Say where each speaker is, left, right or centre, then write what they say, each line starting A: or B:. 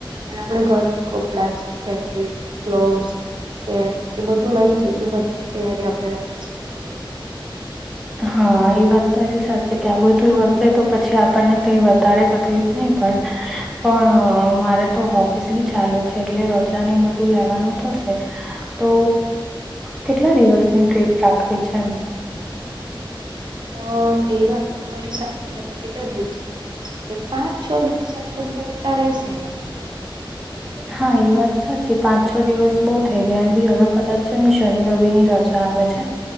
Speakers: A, on the right; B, in the centre.
A: અને આપડે ગરમ કપડા છે જેકેટ, ગ્લોવસ કેમ એ બધું લઈ જઈશું બધ્ધી તૈયારી આપણે રાખીશું જોડે
B: હા એ વાત તારી સાચી છે કે આ બધું હશે તો પછી આપણને કઈ વધારે તકલીફ નહીં પણ પણ મારે તો હોફિસ બી ચાલે છે એટલે રજાને બધ ધું લેવાનું થશે. તો કેટલા દિવસની ટ્રીપ રાખવી છે એમ?
A: હહ એ વાત તમારી સાચી છે આપડે કેટલા દિવસની બાકી શું કે પાંચ છ દિવસ એમ તો પૂરતા રહેશે એના માટે.
B: હા એ વાત સાચી. પાંચ છ દિવસ બહુ થઈ ગયા એમ બી હવે કદાચ છે ને શનિ રવિની રજ જા આવે છે.